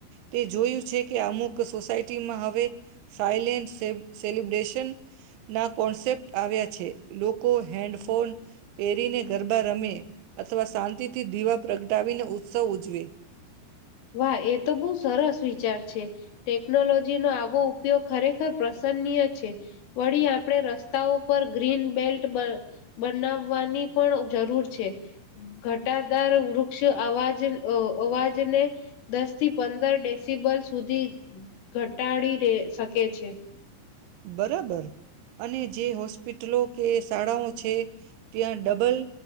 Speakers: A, on the right; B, on the left.
A: તે જોયું છે કે અમુક સોસાયટીમાં હવે સાયલેન્ટ સે સેલિબ્રેશન ના કોન્સેપ્ટ આવ્યા છે લોકો હેન્ડફોન પહેરીને ગરબા રમે અથવા શાંતિથી દીવા પ્રગ ટાવીને ઉત્સવ ઉજવે.
B: વાહ એ તો બહુ સરસ વિચાર છે ટેકનોલોજીનો આવો ઉપયોગ ખરેખર પ્રસન્નીય છે વળી, આપણે રસ્તાઓ પર ગ્રીન બેલ્ટ બન બનાવવાની પણ જરૂર છે ઘટાદાર વૃક્ષ અવાજ અ અવાજને દસથી પંદર ડેસિબલ સુધી ઘટાડી દે શકે છે.
A: બરાબર અને જે હોસ્પિટલો કે શાળાઓ છે, ત્યાં ડબલ